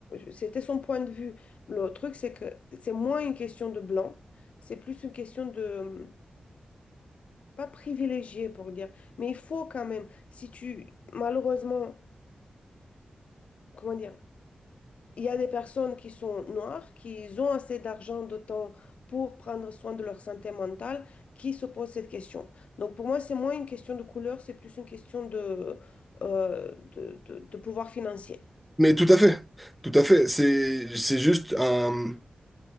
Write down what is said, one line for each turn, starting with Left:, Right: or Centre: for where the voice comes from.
Left: c'était son point de vue. Le truc, c'est que c'est moins une question de blanc, c'est plus une question de, hum, pas privilégié pour dire, mais il faut quand même, si tu, malheureusement, comment dire, il y a des personnes qui sont noires, qui ont assez d'argent, de temps pour prendre soin de leur santé mentale, qui se posent cette question. Donc pour moi, c'est moins une question de couleur, c'est plus une question de, euh, de, de de pouvoir financier.
Centre: mais tout à fait tout à fait c'est c'est juste un